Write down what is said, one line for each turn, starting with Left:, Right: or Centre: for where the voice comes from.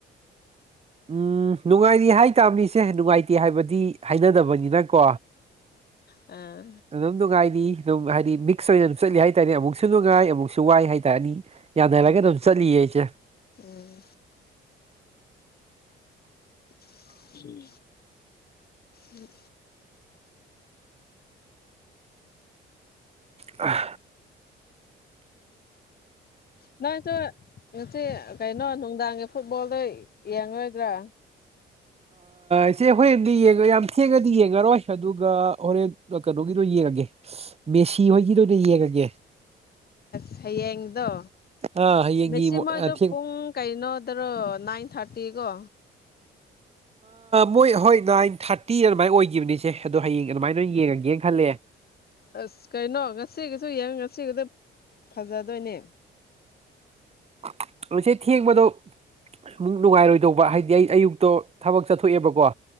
Right: ꯎꯝ ꯅꯨꯡꯉꯥꯏꯔꯤ ꯍꯥꯏꯇꯥꯥꯕꯅꯤꯁꯦ ꯅꯨꯡꯉꯥꯏꯇꯦ ꯍꯥꯏꯕꯗꯤ ꯍꯥꯏꯅꯗꯕꯅꯤꯅ ꯀꯣ
Left: ꯑꯥ
Right: ꯑꯗꯨꯝ ꯗꯨꯒꯥꯏꯗꯤ ꯑꯗꯨꯝ ꯍꯥꯏꯗꯤ ꯃꯤꯛꯁ ꯑꯣꯏꯅ ꯑꯗꯨꯝ ꯆꯠꯂꯤ ꯍꯥꯏꯇꯥꯥꯔꯦ ꯑꯃꯨꯛꯁꯨ ꯅꯨꯡꯉꯥꯏ ꯑꯃꯨꯛꯁꯨ ꯋꯥꯏ ꯍꯥꯏꯇꯥꯥꯔꯅꯤ ꯌꯥꯅꯔꯒ
Left: ꯎꯝ
Right: ꯑꯗꯨꯝ ꯆꯠꯂꯤꯌꯦ ꯑꯩꯁꯦ
Left: ꯎꯝ ꯎꯝ ꯎꯝ
Right: ꯑ
Left: ꯅꯥꯏ ꯆꯣ ꯉ ꯀꯩꯅꯩꯅꯣ ꯅꯨꯡꯅꯨꯡꯗꯥ ꯐꯨꯠꯕꯣꯜꯗ ꯌꯦꯡꯉꯔꯣꯏꯗ꯭ꯔꯥ
Right: ꯏꯆꯦ ꯍꯣꯔꯦꯟꯗꯤ ꯌꯦꯡꯉ ꯌꯥꯝ ꯊꯦꯡꯉꯗꯤ ꯌꯦꯡꯉꯔꯣꯏ ꯑꯗꯨꯒ ꯍꯣꯔꯦꯟ ꯀꯩꯅꯣꯒꯤꯗꯣ ꯌꯦ ꯌꯦꯡꯉꯒꯦ ꯃꯦꯁꯤ ꯍꯣꯏꯒꯤꯗ ꯑꯣꯏꯅ ꯌꯦꯡꯉꯒꯦ
Left: ꯁꯌꯦꯡꯗ
Right: ꯑꯥ ꯍꯌꯦꯡꯒꯤ
Left: ꯃꯦꯁꯤ ꯃꯣꯏꯗꯣ
Right: ꯊꯦꯡ
Left: ꯄꯨꯡ ꯀꯩꯅꯣꯗꯔꯣ ꯅꯥꯏꯟ ꯊꯥꯔꯇꯤꯀꯣ
Right: ꯃꯣꯏ ꯍꯣꯏ ꯅꯥꯏꯟ ꯊꯥꯔꯇꯤ ꯑꯗꯨꯃꯥꯏꯅ ꯑꯣꯏꯈꯤꯕꯅꯤꯁꯦ ꯑꯗꯣ ꯍꯌꯦꯡ ꯑꯗꯨꯃꯥꯏꯅ ꯑꯣꯏꯅ ꯌꯦꯡꯉꯒꯦꯅ ꯈꯜꯂꯛꯦ
Left: ꯑꯁ ꯀꯩꯅꯣ ꯉꯁꯤꯒꯤꯁꯨ ꯌꯦꯡ ꯉꯁꯤꯒꯁꯨ ꯐꯖꯗꯣꯏꯅꯦ
Right: ꯍꯧꯁꯦ ꯊ ꯃꯗꯨꯣ ꯁꯃ ꯅꯨꯡꯉꯥꯏꯔꯣꯏꯗꯧꯕ ꯍꯥꯏꯗꯤ ꯑꯩ ꯑꯌꯨꯛꯇꯣ ꯊꯕꯛ ꯆꯠꯊꯣꯛꯑꯦꯕꯀꯣ